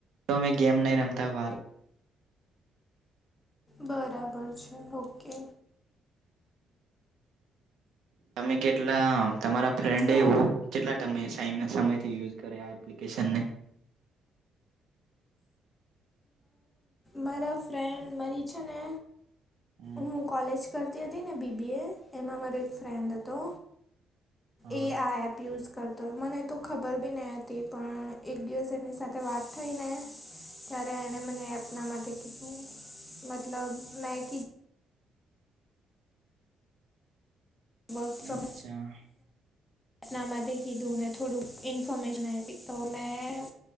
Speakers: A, on the right (about 75°); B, on the left (about 15°).
A: તો મેં ગેમ નહી રમતા
B: બરાબર છે ઓકે.
A: તમે કેટલા તમારા ફ્રેન્ડ
B: તો
A: એવ કેટલા સમયથી યુઝ કરેપ્લિકેશન ને.
B: મારા ફ્રેન્ડ મારી છે ને
A: <inaudible>
B: હું કોલેજ કરતી હતી ને બીબી એ એમાં અમારો એક ફ્રેન્ડ હતો
A: હા
B: એ આ યુઝ કરતો હોય મને તો ખબર બી નહી હતી પણ એક દિવસ એમની સાથે વાત થઈ ને ત્યારે એને મને એના માટે કીધું મતલબ મેં કી વર્ક ફ્રોમ.
A: અચ્છા
B: ના માથે કીધુંને થોડું ન્ફર્મેશન આ આવી હતી તો મેં